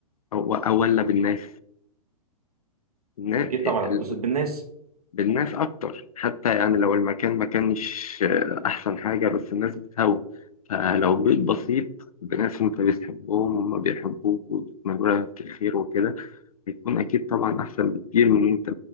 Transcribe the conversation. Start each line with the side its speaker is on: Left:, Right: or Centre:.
Left: او او ولا بالناس النا-
Right: اكيد طبعا
Left: ال-
Right: هتبسط بالناس
Left: بالناس اكتر حتى يعني لو المكان ما كانش احسن حاجه بس الناس بتهوى فلو بيت بسيط بناس انت بتحبهم وهم بيحبوك وبتتمنوا لك الخير وكده بيكون أكيد طبعا أحسن بكتير من إن أنت